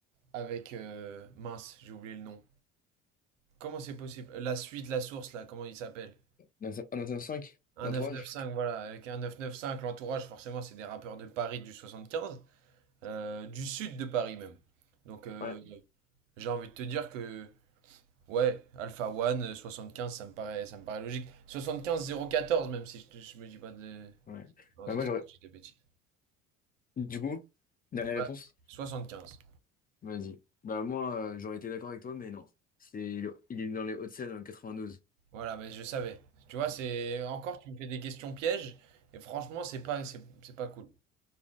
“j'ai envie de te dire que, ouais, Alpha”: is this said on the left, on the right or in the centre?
Right